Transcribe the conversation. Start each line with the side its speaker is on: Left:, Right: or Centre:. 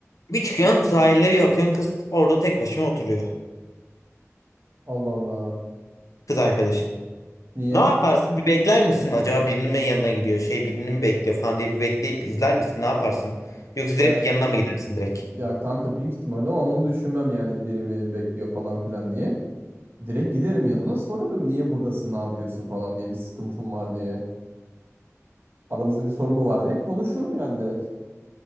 Left: Bir çıkıyorsun sahilde bir bakıyorsun kız orada tek başına oturuyor.
Right: Allah Allah.
Left: Kız arkadaşın.
Right: Niye?
Left: Ne yaparsın? Bir bekler misin? Acaba birinin mi yanına gidiyor? Şey birini mi bekliyor falan diye bir bekleyip izler misin? Ne yaparsın? Yoksa direkt
Right: Ya,
Left: yanına mı gidersin direkt?
Right: ya kanka büyük ihtimalle o an onu düşünmem yani biri mi bekliyor falan filan diye. Direkt giderim yanına sorarım niye buradasın ne yapıyorsun falan diye bir sıkıntım var diye. Aramızda bir sorun mu var diye konuşurum yani direkt.